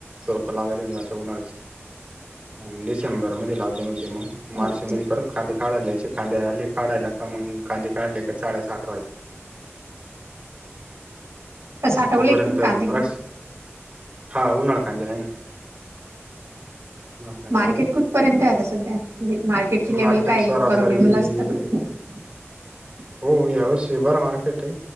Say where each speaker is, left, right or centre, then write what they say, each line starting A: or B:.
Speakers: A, on the right (about 30°); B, on the right (about 85°).
A: रोप लावायला येऊन जाते उन्हाळचे डिसेंबरमध्ये. लावले म्हणजे मग
B: हो
A: मार्च मध्ये परत कांदे काढालायचे कांदे आले काढायला का मग कांदे काढ जाळ्या साठवाय
B: आता साठवले
A: तोपर्यंत
B: एकतील कांदे
A: द्राक्ष
B: काही
A: हा उन्हाळी कांदे आहेना. कांदे
B: मार्केट
A: आहे
B: कुठपर्यंत आता सध्या म्हणजे मार्केटची लेव्हल
A: मार्केट
B: काय
A: सरासरी
B: परोडेबल असतं का? <unintelligible>
A: हो या वर्षी बर मार्केट आहे